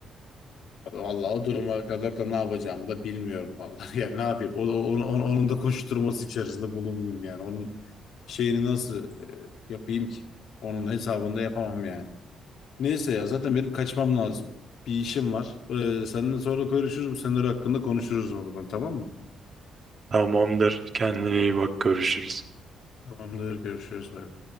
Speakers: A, on the left; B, on the right.
A: abi vallahi o duruma kadar da ne yapacağımı da bilmiyorum vallahi. <laughs> Yani ne yapayım? O, o- onu- onu- onun da koşturması içerisinde bulunmayayım yani. Onun şeyini nasıl e, yapayım ki? Onun hesabını da yapamam yani. Neyse ya zaten benim kaçmam lazım. Bir işim var. Ee, seninle sonra görüşürüz. Bu senaryo hakkında konuşuruz oradan tamam mı?
B: Tamamdır. Kendine iyi bak. Görüşürüz.
A: Tamamdır görüşürüz bay bay.